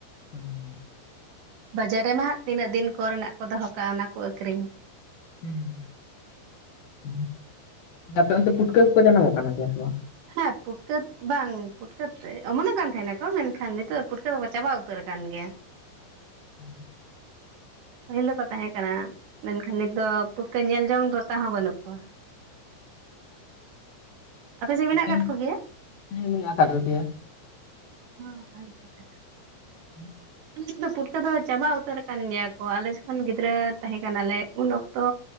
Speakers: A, on the left; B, on the right.
A: ᱦᱩᱸ ᱦᱩᱸ᱾
B: ᱵᱟᱡᱟᱨ ᱨᱮᱢᱟ ᱦᱟᱸᱜ ᱛᱤᱱᱟᱹᱜ ᱫᱤᱱ ᱠᱚᱨᱮ ᱱᱟᱜ ᱠᱚ ᱫᱚᱦᱚ ᱠᱟᱜ-ᱟ᱾ ᱚᱱᱟ ᱠᱚ ᱟᱹᱠᱨᱤᱧᱟ᱾
A: ᱦᱩᱸ ᱦᱩᱸ ᱦᱩᱸ ᱟᱯᱮ ᱚᱱᱛᱮ ᱯᱩᱴᱠᱟᱹ ᱠᱚᱠᱚ ᱡᱟᱱᱟᱢᱚᱜ ᱠᱟᱱᱟ ᱜᱮᱭᱟ ᱥᱮ ᱵᱟᱝ?
B: ᱦᱮᱸ ᱯᱩᱴᱠᱟᱹ ᱵᱟᱝ ᱯᱩᱴᱠᱟᱹ ᱛᱮ‌ᱜ ᱚᱢᱚᱱᱚᱜ ᱠᱟᱱ ᱛᱟᱦᱮᱱᱟ ᱠᱚ, ᱢᱮᱱᱠᱷᱟᱱ ᱱᱤᱛᱚᱜ ᱫᱚ ᱯᱩᱴᱠᱟᱹ ᱫᱚ ᱪᱟᱵᱟᱣ ᱩᱛᱟᱹᱨ ᱠᱟᱱ ᱜᱮᱭᱟ᱾
A: <inaudible>
B: ᱯᱟᱹᱦᱤᱞ ᱫᱚ ᱠᱚ ᱛᱟᱦᱮᱸ ᱠᱟᱱᱟ᱾ ᱢᱮᱱᱠᱷᱟᱱ ᱱᱤᱛ ᱫᱚ ᱯᱩᱴᱠᱟᱹ ᱧᱮᱞ ᱡᱚᱝ ᱞᱮᱠᱟ ᱦᱚᱸ ᱵᱟᱹᱱᱩᱜ ᱠᱚᱣᱟ᱾ ᱯᱮ ᱥᱮ ᱢᱮᱱᱟᱜ
A: ᱦᱮᱸ
B: ᱠᱟᱫ ᱠᱚᱜᱮᱭᱟ
A: ᱢᱮᱱᱟᱜ ᱟᱠᱟᱫ ᱠᱚᱜᱮᱭᱟ
B: ᱚᱻ ᱵᱷᱟᱜᱤ ᱠᱟᱛᱷᱟ ᱠᱟᱱ᱾
A: <inaudible>
B: <inaudible> ᱯᱩᱴᱠᱟᱹ ᱫᱚ ᱪᱟᱵᱟ ᱩᱛᱟᱹᱨ ᱟᱠᱟᱱ ᱜᱮᱭᱟ ᱠᱚ, ᱟᱞᱮ ᱡᱚᱠᱷᱚᱱ ᱜᱤᱫᱽᱨᱟᱹ ᱛᱟᱦᱮᱸ ᱠᱟᱱᱟᱞᱮ ᱩᱱ ᱚᱠᱛᱚ᱾